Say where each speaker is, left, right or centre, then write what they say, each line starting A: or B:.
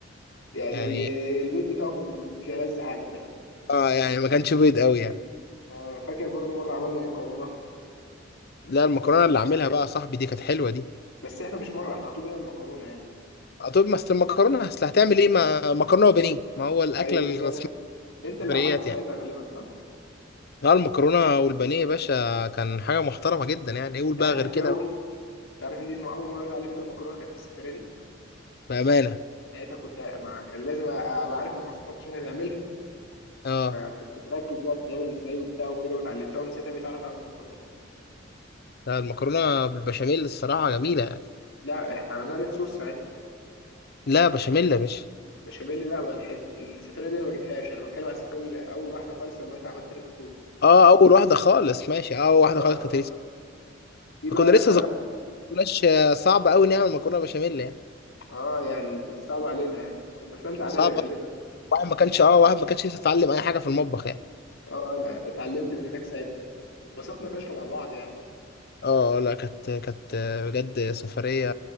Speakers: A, on the left (about 90°); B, on the left (about 55°).
A: يعني
B: يعني
A: البيت بتاعه كان مش ألذ حاجه فعلا
B: اه يعني ما كانش بيض قوي يعني
A: آه، فاكر برضو مره عملنا مكرونه
B: لا
A: وستريبس
B: المكرونه اللي عاملها بقى يا صاحبي دي كانت حلوه دي
A: بس احنا مش مره احنا على طول بنعمل مكرونه يعني
B: آه، طب ما أصل المكرونه اصل هتعمل ايه ما مكرونه وبانيه ما هو الاكله
A: ايوه
B: الرسميه
A: بالظبط انت
B: في
A: اللي
B: السفريات
A: عملته ساعتها
B: يعني
A: غالبا صح
B: لا المكرونه والبانيه يا باشا كان حاجه محترمه جدا يعني ايه قول
A: انت
B: بقى
A: عارف
B: غير
A: ان
B: كده
A: دي اول انت عارف ان دي الم- اول مره اتعلم فيها المكرونه كانت في السفريه دي
B: بامانه
A: ساعتها كنت ما كان لازم ابقى عارف المواصفات عشان هنعملها
B: اه
A: فكنت مركز بقى بتتعمل ازاي وبتاع وكده وتعلمتها ومن ساعتها بقيت اعرف اعمل مكرونه
B: لا المكرونه بالبشاميل الصراحه جميله يعني
A: لا احنا عملنا ريد صوص ساعتها
B: لا بشاميل يا باشا
A: بشاميل لا ما لحقت السفرية دي انا ما جبتهاش انا بتكلم على السفرية اللي اول واحدة خالص لما انت عملت ريخ صوص
B: اه اول واحده خالص ماشي اه اول واحده
A: اه
B: خالص كانت لسه
A: دي بقى
B: كنا
A: اللي
B: لسه
A: انا
B: صغيرين
A: كنت
B: ما كناش آه، صعب قوي نعمل مكرونه بشاميل يعني
A: اه يعني كانت صعبة علينا يعني كنا في ثالثة اعدادي
B: صعب
A: غالبا
B: واحد ما كانش اه واحد ما كانش لسه اتعلم اي حاجه في المطبخ يعني
A: اه انا اتعلمت من هناك ساعتها واتبسطنا فشخ مع بعض يعني
B: اه لا كانت كانت آه، بجد سفريه